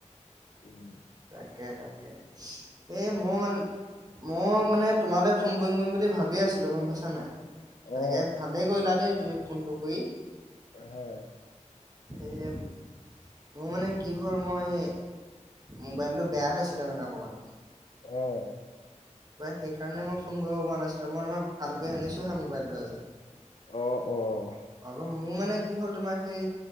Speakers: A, on the left (about 55°); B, on the right (about 30°).
A: উম।
B: তাকে তাকে, এই মোৰ মানে মই মানে তোমালৈ ফোন কৰিম কৰিম বুলি ভাবিয়ে আছিলো গম পাইছা নাই। তাকে
A: অ
B: ভালেই কৰিলা দেই তুমি ফোনটো কৰি।
A: অ, হয়।
B: এ, মোৰ মানে কি হ'ল মই মোবাইলটো বেয়া হৈ আছিলে মানে অকমান।
A: অহ।
B: ত সেইকাৰণে মই ফোন কৰিব পৰা নাছিলো, মই তোমাৰ ভাল কৰি আনিছোহে মোবাইলটো আজি।
A: অ অহ।
B: আকৌ মোৰ মানে কি হ'ল তোমাৰ সেই